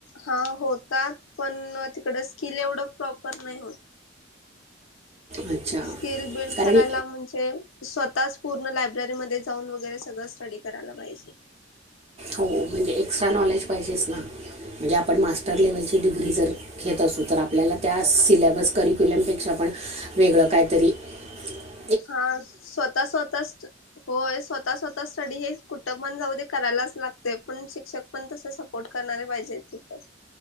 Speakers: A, on the left; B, on the right.
A: हा होतात पण तिकडं स्किल एवढं प्रॉपर नाही होत
B: अच्छा
A: स्किल बिल्ड
B: कारण
A: करायला म्हणजे स्वतःच पूर्ण लायब्ररीमध्ये जाऊन वगैरे सगळं स्टडी करा करायला पाहिजे
B: हो म्हणजे एक्ट्रा नॉलेज पाहिजे ना म्हणजे आपण मास्टर लेव्हल ची ड्री ग्री जर घेत असू तर आपल्याला त्या सिलेबस करिक्युलमपेक्षा पण वेगळं काहीतरी ह
A: हा स्वतः स्वतःच होय स्वतः स्वतः स्टडी हे कुठं पण जाऊ दे करायलाच लागतेय पण शिक्षक पण तसे सपोर्ट करणारे पाहिजेत तिथे